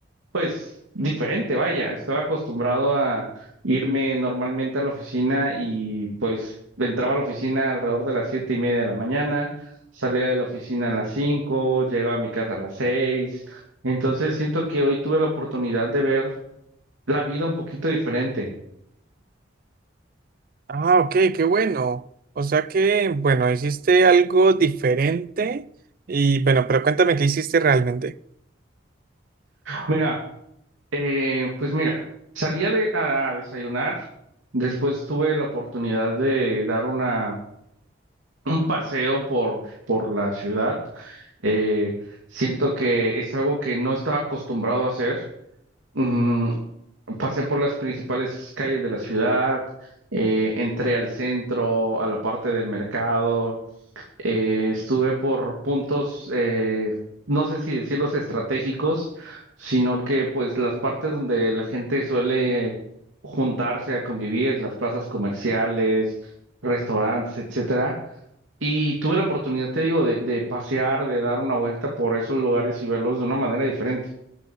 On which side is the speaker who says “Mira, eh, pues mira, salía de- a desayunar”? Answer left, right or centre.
Right